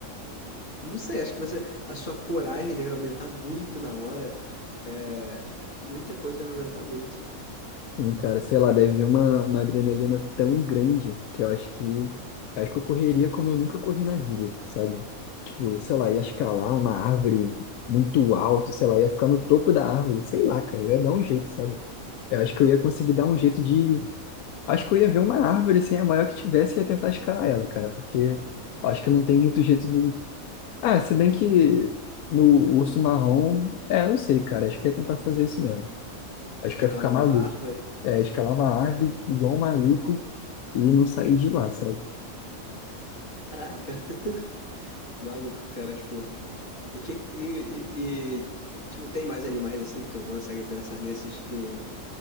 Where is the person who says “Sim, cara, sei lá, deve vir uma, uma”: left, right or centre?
Left